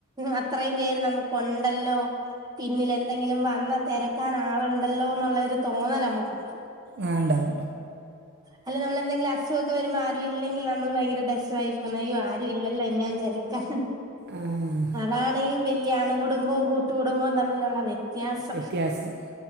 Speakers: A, on the right (about 20°); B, on the right (about 50°).
A: അത്രയും പേര് നമുക്ക്ണ്ടല്ലോ പിന്നിൽ എന്തെങ്കിലും വന്ന തിരക്കാൻ ആളുണ്ടല്ലോ എന്നുള്ളരു തോന്നൽ നമുക്കുണ്ടാവും
B: ആ ഉണ്ടാവും
A: അല്ല നമ്മൾന്തെങ്കിലും അസുഖൊക്കെ വരുമ്പോ ആരും ഇല്ലെങ്കിൽ നമ്മൾ ഭയങ്കര <unintelligible> പോന്ന അയ്യോ ആരും ഇല്ലല്ലോ എന്നെയൊന്ന് തിരക്കാൻ
B: ആഹ്
A: അതാണ് ഈ വലിയ അണുകുടുംബവും കൂട്ടുകുടുംബവും തമ്മിലുള്ള വ്യത്യാസം
B: വ്യത്യാസം